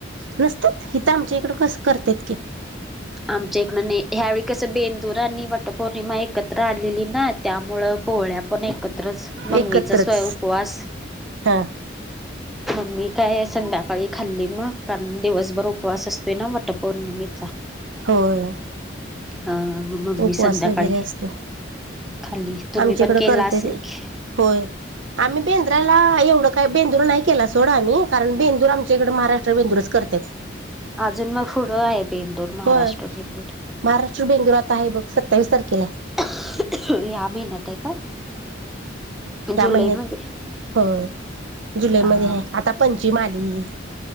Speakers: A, on the right; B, in the centre.
A: नसतात हिथ आमच्या इकड कस करतत की
B: आमच्या इकडं ह्यावेळी कसं बेंदूर आणि वटपौर्णिमा एकत आलेली ना त्यामुळे पोहळ्या पण एकत्रच मम्मीचा
A: एकत्रच
B: स्वय उपवास
A: हा
B: मग मी काय संध्याकाळी खाल्ली मग कारण दिवसभर उपवास असतोय ना वटपौर्णिमेचा
A: होय
B: हा मग मम्मी
A: उपवास
B: संध्याकाळी
A: वगैरे असत.
B: खाल्ली तुम्ही
A: आमच्याकडं
B: पण केला
A: करते
B: असेल
A: ते
B: की
A: होय. आम्ही बेंद्राला एवढं काही बेंद्रू नाही. केला सोडा आम्ही कारण बेंदूरमच्या इकडे महाराष्ट्र भेंदूरच करत.
B: अजून मग पुढं आहे. बेंदूर महाराष्ट्र
A: होय
B: बेंदूर
A: महाराष्ट्र बेंदूर आता आहे बघ सत्तावीस तारखेला आहे
B: ह महिन्यात आहे काय?
A: त्या
B: जुलैमध्ये
A: महिन्यात हो जुलैमध्ये
B: हा
A: आहे आता पंचम आली.